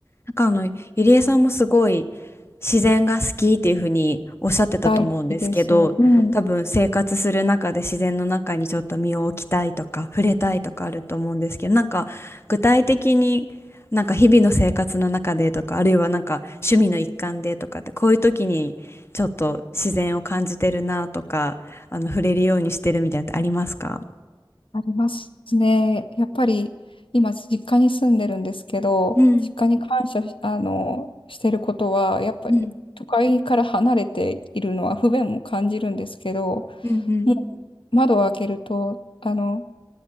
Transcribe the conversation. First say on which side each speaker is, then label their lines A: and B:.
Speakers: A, on the left; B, on the left.
A: なんかあの、ゆりえさんもすごい自然が好きっていうふうにおっしゃってたと思うんですけど、
B: 大好きです。うん、
A: 多分生活する中で自然の中にちょっと身を置きたいとか、触れたいとかあると思うんですけど、なんか具体的になんか日々の生活の中でとか、あるいはなんか趣味の一環でとかって、こういう時にちょっと自然を感じてるなとか、あの、触れるようにしてるみたいなのってありますか
B: ありますね。やっぱり今、実家に住んでるんですけど、
A: うん
B: 実家に感謝し、あの、してることは、やっぱり都会から離れているのは不便も感じるんですけど、
A: うんうんうん
B: もう窓を開けると、あの、